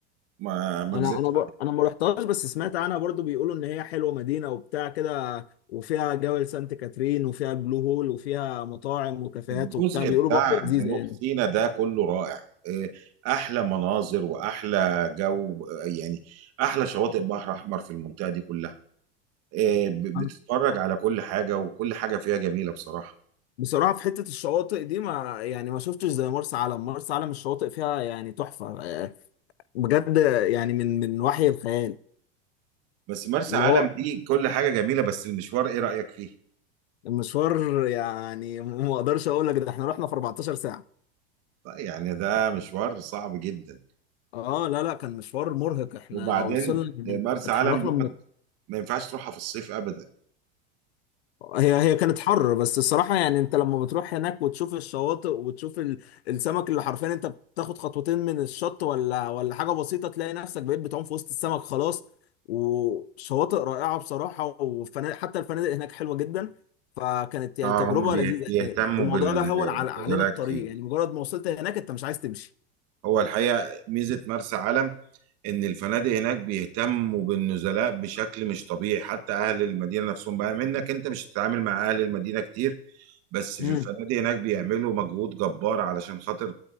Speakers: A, on the right (about 50°); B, on the left (about 75°).
A: ما ما
B: انا
A: اكذبش
B: انا بر... انا ما رحتهاش بس سمعت عنها برضو بيقولوا ان هي حلوه مدينه وبتاع كده وفيها جبل سانت كاترين وفيها البلو هول وفيها مطاعم وكافيهات
A: الجزء
B: وبتاع بيقولوا
A: بتاع
B: برضو لذيذه
A: جنوب
B: يعني
A: سيناء ده كله رائع إيه، احلى مناظر واحلى جو آه، يعني احلى شواطئ بحر احمر في المنطقه دي كلها إيه، ب- بتتفرج
B: أنا
A: على كل حاجه وكل حاجه فيها جميله بصراحه
B: بصراحه في حته الشواطئ دي ما يعني ما شفتش زي مرسى علم مرسى علم الشواطئ فيها يعني تحفه آه، بجد يعني من من وحي الخيال
A: بس مرسى
B: اللي
A: علم
B: هو
A: دي كل حاجه جميله بس المشوار ايه رايك فيه
B: المشوار يعني ما اقدرش اقول لك ده احنا رحنا في 14 ساعه
A: طيب يعني ده مشوار صعب جدا
B: اه لا لا كان مشوار مرهق احنا
A: وبعدين
B: وصلنا يعني
A: إيه، مرسى
B: اتحركنا
A: علم دي
B: من
A: ما ما ينفعش تروحها في الصيف ابدا
B: هي هي كانت حر بس الصراحة يعني انت لما بتروح هناك وتشوف الشواطئ وتشوف ال... السمك اللي حرفيا انت بتاخد خطوتين من الشط ولا ولا حاجة بسيطة تلاقي نفسك بقيت بتعوم في وسط السمك خلاص وشواطئ رائعة بصراحة وفنادق حتى الفنادق هناك حلوة جدا فكانت يعني
A: اه
B: تجربة
A: هم بي-
B: لذيذة
A: بيهتموا
B: يعني الموضوع
A: بال-
B: ده هون على...
A: بالنزلات
B: علينا الطريق
A: كتير
B: يعني مجرد ما وصلت هناك انت مش عايز تمشي
A: هو الحقيقه ميزه مرسى علم ان الفنادق هناك بيهتموا بالنزلاء بشكل مش طبيعي حتى اهل المدينه نفسهم بقى منك انت مش هتتعامل مع اهل المدينه كتير بس في
B: امم
A: الفنادق هناك بيعملوا مجهود جبار علشان خاطر